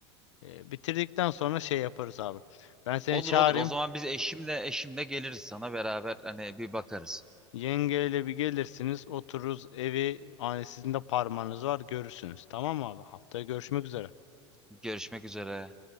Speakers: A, on the left (about 85°); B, in the centre.
A: E, bitirdikten sonra şey yaparız abi. Ben seni
B: Olur
A: çağırayım.
B: olur. O zaman biz eşimle eşimle geliriz sana beraber hani bir bakarız.
A: Yengeyle bir gelirsiniz, otururuz evi. Hani sizin de parmağınız var, görürsünüz. Tamam mı abi? Haftaya görüşmek üzere.
B: Görüşmek üzere.